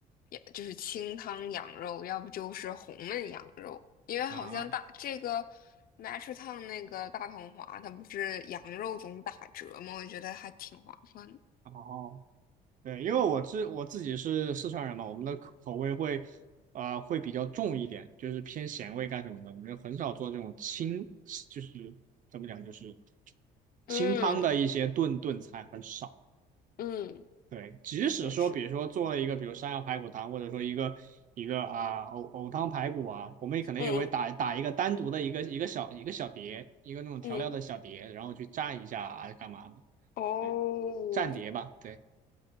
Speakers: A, on the left (about 60°); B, on the right (about 50°).
A: 也就是清汤羊肉，要不就是红焖羊肉。因为好像大这个
B: 啊。
A: Matcha 烫那个大同华，它不是羊肉总打折吗？我觉得还挺划算的。
B: 然后对，因为我自我自己是四川人嘛，我们的口口味会啊、呃会比较重一点，就是偏咸味干什么的，我们很少做这种清，就是怎么讲，就是
A: 嗯
B: 清汤的一些炖炖菜很少。
A: 嗯，
B: 对，即使说，
A: 也是，
B: 比如说做了一个，比如山药排骨汤，或者说一个一个啊藕藕汤排骨啊，我们也可能也会打打一个单独的一个一个小一个小碟，
A: 嗯
B: 一个那种调料的小碟，
A: 嗯。
B: 然后去蘸一下啊干嘛的，
A: 哦，
B: 对，蘸碟吧，对